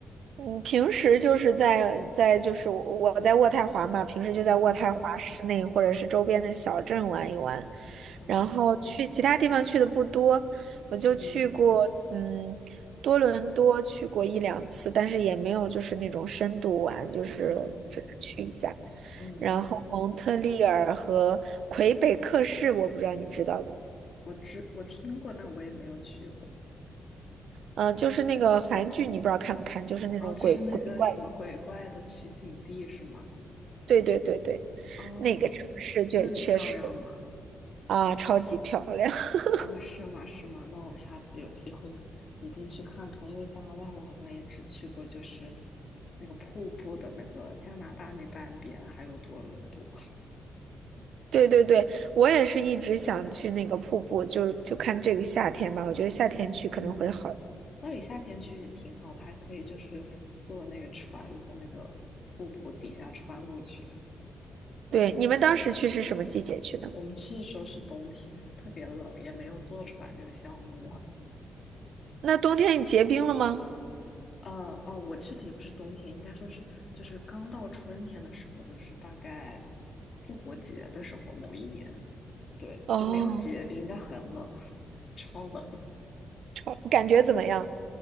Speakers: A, on the right; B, on the left.
A: 嗯平时就是在在就是我我在渥太华嘛，平时就在渥太华市内或者是周边的小镇玩一玩，
B: 嗯嗯啊
A: 然后去其他地方去的不多，我就去过嗯多伦多去过一两次，
B: 嗯
A: 但是也没有就是那种深度玩，就是只是去一下，
B: 嗯嗯嗯，
A: 然后蒙特利尔和魁北克市，我不知道你知道不？
B: 我知我听过，但我也没有去过。
A: 嗯，就是那个韩剧，你不知道看不看？就是那种鬼鬼怪的，
B: 哦，就是那个什么鬼怪的取景地是吗？
A: 对对对对。
B: 哦，
A: 那个城市就确实
B: 那里漂亮吗？
A: 啊，超级漂亮。<laughs>
B: 啊，是吗？是吗？那我下次有机会一定去看看，因为加拿大我好像也只去过，就是那个瀑布的那个加拿大那半边，还有多伦多。<laughs>
A: 对对对，我也是一直想去那个瀑布，就就看这个夏天吧。我觉得夏天去可能会好。
B: 嗯，那里夏天去也挺好的，还可以就是坐那个船从那个瀑布底下穿过去。
A: 对，你们当时去是什么季节去的？
B: 我们去的时候是冬天，特别冷，也没有坐船这个项目。
A: 那冬天结冰了吗？
B: <laughs> 呃，哦，我去的也不是冬天，应该说是就是刚到春天的时候，就是大概复活节的时候，某一年。对，
A: 哦，
B: 就没有结冰，但很冷，<laughs> 超冷，
A: 超，感觉怎么样？